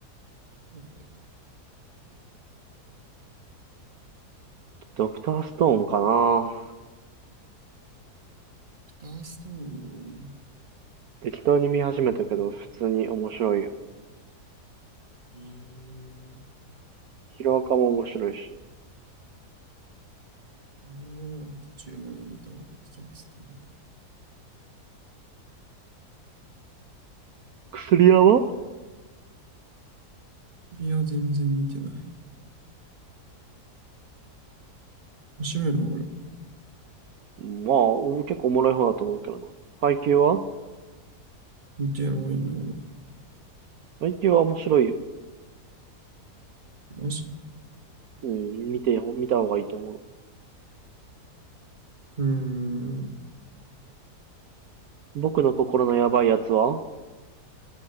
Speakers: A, on the right (about 30°); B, on the right (about 65°).
A: そうだよ。
B: ドクターストーンかな
A: クターストーン。
B: 適当に見始めたけど、普通に面白いよ。
A: ええ
B: ヒロアカも面白いし。
A: 漫画なら途中まで見たわ、ドクターストーン。
B: 薬屋は
A: クリア全然見てない。面白いな、俺。
B: まあ、結構おもろい方だと思うけどな。配給は
A: 見てないな。
B: 配給は面白いよ。
A: マジ。
B: うん、見て、見た方がいいと思う。
A: うーん。
B: 僕の心のやばいやつはも